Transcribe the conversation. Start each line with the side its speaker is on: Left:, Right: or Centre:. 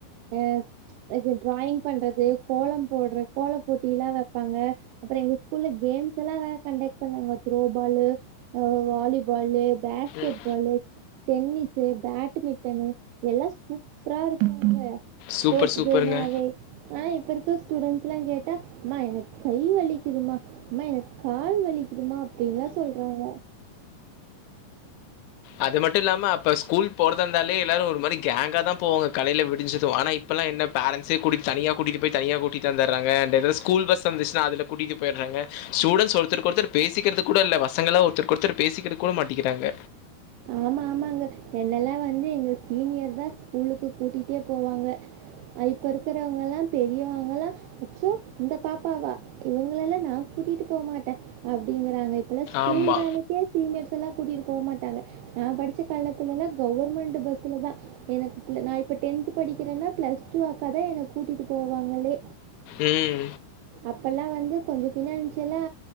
Right: ஆ டிராயிங் பண்றது கோலம் போடுற கோலப் போட்டி எல்லா வப்பாங்க அப்பறோ எங்க ஸ்கூல்ல கேம்ஸ் எல்லா வேற கண்டக்ட் பண்ணுவாங்க த்ரோ பாலு ஆ வாலி பாலு பேஸ்கெட்
Left: ம்
Right: பாலு டென்னிஸு பேட்டுமிட்டனு எல்லா சூப்பரா இருக்குங்க
Left: சூப்பர்
Right: ஸ்போட்ஸ்
Left: சூப்பருங்க
Right: டேனாவே ஆ இப்ப இருக்க ஸ்டூடெண்ட்ஸ்ல்லா கேட்டா அம்மா எனக்கு கை வலிக்குதும்மா அம்மா எனக்கு கால் வலிக்குதுமா அப்டின்ல்லா சொல்றாங்க
Left: அது மட்டு இல்லாம அப்ப ஸ்கூல் போறது இருந்தாலே எல்லாரு ஒரு மாரி கேங்கா தா போவாங்க காலேல விடிஞ்சது ஆனா இப்போலா என்ன பேரண்ஸே கூட்டிட்டு தனியா கூட்டிட்டு போய் தனியா கூட்டிட்டு வந்துருறாங்க அன்டு எதாவது ஸ்கூல் பஸ்ஸு வந்துச்சுன்னா அதுல கூட்டிட்டு போய்டுறாங்க ஸ்டூடென்ஸ் ஒருத்தரூக்கொருத்தர் பேசிக்கிறது கூட இல்ல பசங்களல்லா ஒருத்தருக்கொருத்தர் பேசிக்கிறது கூட மாட்டிக்கிறாங்க
Right: ஆமா ஆமாங்க என்னல்லா வந்து எங்க சீனியர் தா ஸ்கூலுக்கு கூட்டிட்டே போவாங்க இப்ப இருக்கிறவங்களா எல்லா பெரியவங்கல்லா ச்சோ இந்த பாப்பாவா இவங்கள எல்லா நா கூட்டிட்டு போகமாட்டே அப்டிங்கறாங்க இப்பல்லா ஸ்கூல்
Left: ஆமா.
Right: வேனுக்கே சீனியர்ஸ் எல்லா கூட்டிட்டு போக மாட்டாங்க நா படுச்ச காலத்தலல்லா கவர்மெண்டு பஸ்லதா எனக்கு நா இப்ப டென்த் படிக்கிறேன்னா பிளஸ் டூ அக்காதா என்ன கூட்டிட்டு போவாங்களே
Left: உம்
Right: அப்பல்லா வந்து கொஞ்ச பினான்சியலா